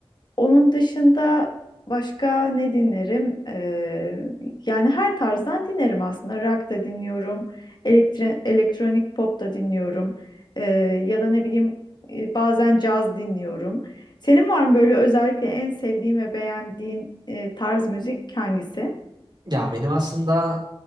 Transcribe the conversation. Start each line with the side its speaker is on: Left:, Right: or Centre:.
Left: onun dışında başka ne dinlerim? Ee, yani her tarzdan dinlerim aslında. Rock da dinliyorum, elektri- elektronik pop da dinliyorum. Ee, ya da ne bileyim e, bazen caz dinliyorum. Senin var mı böyle özellikle en sevdiğin ve beğendiğin e, tarz müzik hangisi?
Right: Ya benim aslında